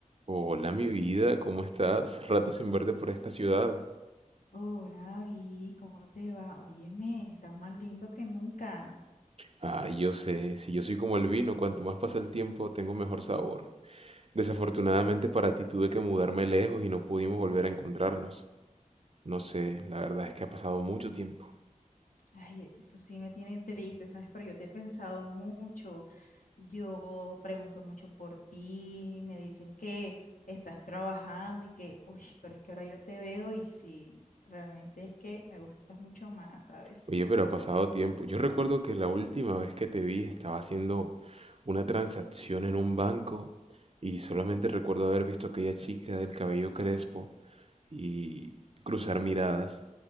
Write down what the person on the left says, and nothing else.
Hola, David, ¿cómo te va? Óyeme, estás más lindo que nunca.
Ay, eso sí me tiene triste, ¿sabes? Pero yo te he pensado mucho. Yo pregunto mucho por ti, me dicen que estás trabajando y que, uy, pero es que ahora yo te veo y sí, realmente es que me gustas mucho más, ¿sabes?